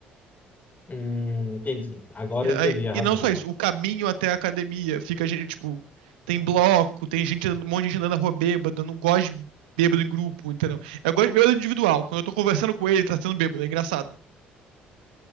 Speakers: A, on the left; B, on the right.
A: Hum, entendi. Agora
B: E,
A: eu
B: aí-
A: entendi a razão.
B: e não só isso, o caminho até a academia fica, gente, tipo, tem bloco, tem gente, um monte de gente andando na rua bêbado, eu não gosto de bêbado em grupo, entendeu? Eu gosto de bêbado individual. Quando eu tô conversando com ele, ele tá sendo bêbado, é engraçado.